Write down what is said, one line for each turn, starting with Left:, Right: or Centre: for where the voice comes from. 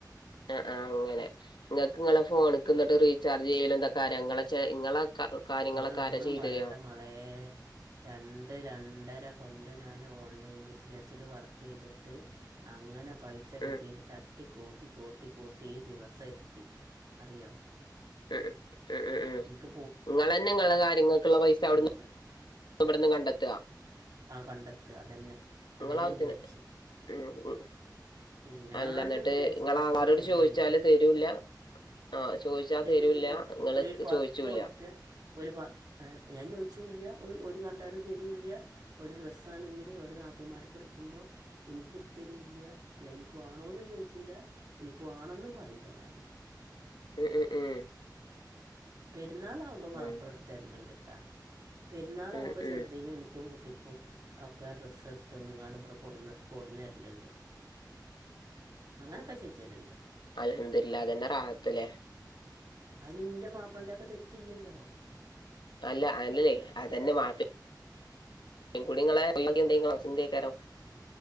Left: ആഹ് ആഹ് അങ്ങനെ ഇങ്ങക്ക്ങ്ങളെ ഫോണക്ക്ന്ന്ട്ട് റീചാർജെയ്യലുംതക്കാരാ ഇങ്ങളെ ചെ ഇങ്ങള ക കാര്യങ്ങളക്കാരാ
Right: അതൊന്നും
Left: ചെയ്തേരാ?
Right: പറയണ്ട മളേ.. രണ്ട് രണ്ടര കൊല്ലം നാന് ഓൺലൈൻ ബിസിനസ്സില് വർക്കെയ്തിട്ട് അങ്ങന പൈ പൈസ
Left: ഉം
Right: കിട്ടിട്ട് തട്ടി കൂട്ടി കൂട്ടി കൂട്ടി ഈ ദിവസം എത്തി അറിയോ
Left: മ്ഹ് മ് മ്
Right: എനിക്ക്
Left: മ് ഇങ്ങളെന്നെ ഇങ്ങളെ കാര്യങ്ങക്ക്ള്ളപൈസവ്ട്ന്ന്
Right: ക്ക <unintelligible>
Left: ഇവ്ട്ന്ന് കണ്ടെത്താ...
Right: ആഹ് കണ്ടെത്താ അതെന്നെ
Left: ഇങ്ങളെ
Right: അതന്നെന്റെ
Left: ആവശ്യത്തിന്
Right: ലക്ഷ്യം
Left: ഉം ഉം
Right: ഉം ഞാനും
Left: അല്ല ഇന്നട്ട്
Right: വിചാരിച്ച്
Left: ഇങ്ങളെ
Right: പടച്ചോൻ
Left: ആങ്ങളാരോട്
Right: വല്തല്ലേ
Left: ചോയിച്ചാല് തരൂല്ല ആഹ് ചോയിച്ചാ
Right: തരൂല്യ
Left: തരൂല്ല ഇങ്ങള്
Right: ഒരു പത്തറുപ്പ്യ
Left: ചോയിച്ചൂല്ല
Right: ഒരു പ ഹേ ഞാൻ ചോദിച്ചുല്ല ഒരു ഒരു പണ്ടാരം തീരുല്ല ഒരു ഡ്രസ്സ ആണെങ്കില് ഒരു നാത്തൂമാർക്ക് എടുക്കുമ്പോൾ എനിക്കു എടുത്തരുല്യ അല്ല എനിക്ക് വേണോന്നും ചോദിച്ചുല്ല എനക്ക് വേണെന്നും പറയുല്ല ഞാന്
Left: ഉം ഉം
Right: പെരുന്നാളാവകുമ്പോൾ മാപ്പിള
Left: ഉം
Right: എടു തരലണ്ട്ട്ടാ പെുന്നാളാവകുമ്പോ
Left: ഉം
Right: ചെറുതിനും
Left: ഉം
Right: എനിക്കും കുട്ടിക്കും ഒക്കെ ഡ്രസ്സ് എടുത്ത്ന്ന് കാണും ഇവിടെ കൊടുന്ന് കൊടന്നു വരലുണ്ട് അങ്ങനൊക്കെ ചെച്ചലുണ്ട്
Left: അൽഹംദുരില്ല അതന്നെ റാഹത്തല്ലേ
Right: അതിന്നിന്റെ മാപ്പിളി ഒക്കെ തെറ്റില്ലല്ലോ
Left: അല്ല അങ്ങനല്ലേ അതന്നെ മാപ്പി പെൺകുട്ടികെ എന്തെങ്കും അന്തക്കാരോ